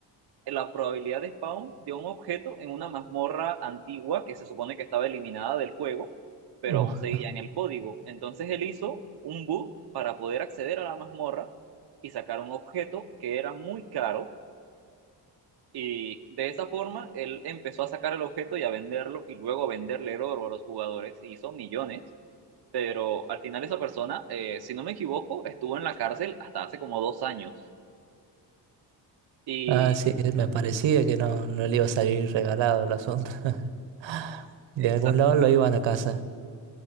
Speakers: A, on the right; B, on the right.
A: la probabilidad de spawn de un objeto en una mazmorra antigua que se supone que estaba eliminada del juego, pero
B: Uf.
A: aún seguía en el código. Entonces él hizo un bug para poder acceder a la mazmorra y sacar un objeto que era muy caro. Y de esa forma él empezó a sacar el objeto y a venderlo y luego a venderle el oro a los jugadores. Hizo millones, pero al final esa persona, eh, si no me equivoco, estuvo en la cárcel hasta hace como dos años. Y
B: Ah, sí, me parecía que no, no le iba a salir regalado el asunto. <laughs> De
A: exacto.
B: algún lado lo iban a casa.